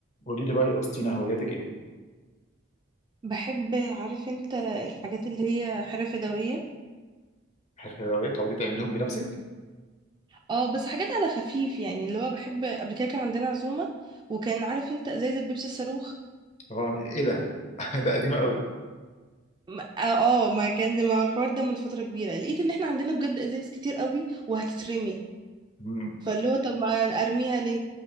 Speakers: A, on the left (about 35°); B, on the right (about 20°).
A: قولي لي بقى يا وسطينا هواياتك ايه؟
B: بحب عارف انت الحاجات اللي هي حرف يدوية
A: الحلويات تقعدي تعمليهم بنفسك؟
B: اه بس حاجات على خفيف يعني اللي هو بحب قبل كده كان عندنا عزومة وكان عارف انت ازايز البيبسي الصاروخ
A: اه ايه ده؟ <laughs> ده قديمه قوي
B: م- اه آه، ما كان ما هو الحوار ده من فترة كبيرة لقيت ان احنا عندنا بجد ازايز كتير قوي وهتترمي
A: مم.
B: فاللي هو طب ما ارميها ليه